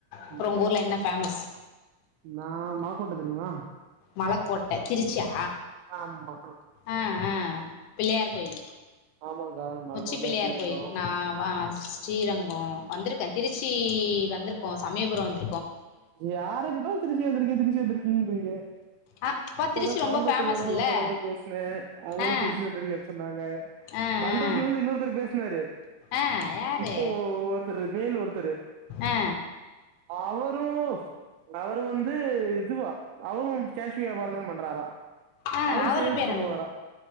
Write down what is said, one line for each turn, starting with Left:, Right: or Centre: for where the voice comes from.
Left: அப்றொ
Right: ம்
Left: உங்க ஊர்ல என்ன ஃபேமஸ்
Right: நா மலகோட்ட தெரிமா
Left: மலக்கோட்ட திருச்சியா
Right: ஆமா
Left: ஆ ஆ பிள்ளையார் கோயில்
Right: ஆமாக்கா மலக்கோட்ட
Left: உச்சி பிள்ளையார்
Right: ஸ்ரீரங்கம்
Left: கோயில் நா வ ஸ்ரீரங்கோ வந்துருக்கே திருச்சி வந்துருக்கோ சமயபுரொ வந்து
Right: யார கேட்டாலு திருச்சி வந்துருக்கே திருச்சி வந்துரு என்னங்க
Left: ஆ அப்பா
Right: இப்பதா
Left: திருச்சி
Right: கோயம்புத்தூர்லருந்து
Left: ரொம்ப ஃபேமஸ் இல்லை
Right: ஒருத்தவுங்கள்ட பேசுனே அவுங்களு
Left: ஆ
Right: திருச்சி வந்தருக்கேன் சொன்னாங்க
Left: ஆ
Right: பண்ருட்லருந்து
Left: ஆ
Right: இன்னொருத்தர் பேசுனாரு
Left: ஆ யார்
Right: இப்போ ஒருத்தரு வேலு ஒருத்தரு
Left: ஆ
Right: அவரு அவரு வந்து இதுவா அவரு கேஷ்யு வியாபாரந் தா பண்றாரா
Left: ஆ
Right: அவரு
Left: அவர்
Right: சேல்ஸ்
Left: பேர்
Right: பண்ணுவாரா
Left: என்ன